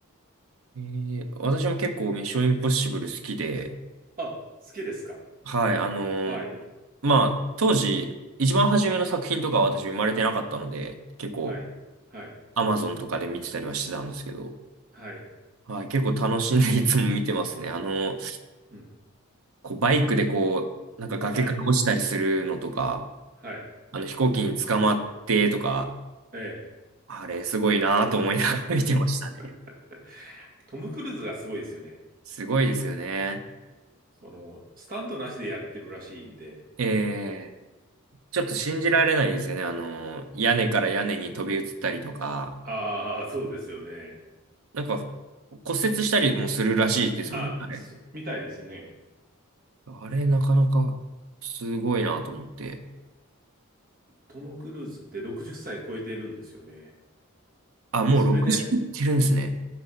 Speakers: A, on the right (about 75°); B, on the right (about 40°).
A: ええ私も結構ミッションインポッシブル好きで、
B: あ、好きですか
A: はい、あのー
B: はい、
A: まあ、当時、一番初めの作品とかは私生まれてなかったので、結構、
B: はい、はい、
A: アマゾンとかで見てたりはしてたんですけど、
B: はい、
A: はい、結構楽しんでいつも見てますね。あの、
B: うん、
A: こう、バイクでこう、なんか崖から落ちたりするのとか、
B: はい、はい、
A: あの、飛行機に捕まってとか、
B: ええ。
A: あれ、すごいなと思いながら見てましたね。
B: <laughs> トム・クルーズがすごいですよね。
A: <laughs> すごいですよね。
B: その、スタントなしでやってるらしいんで。
A: ええ、ちょっと信じられないですよね。あの、屋根から屋根に飛び移ったりとか、
B: うん、ああ、そうですよね。
A: なんか骨折したりもするらしいですもんね、
B: あ、
A: あれ。
B: すみたいですね。
A: あれ、なかなかすごいなと思って。
B: トム・クルーズって60歳超えてるんですよね。
A: あ、もう60いってるんですね。
B: それで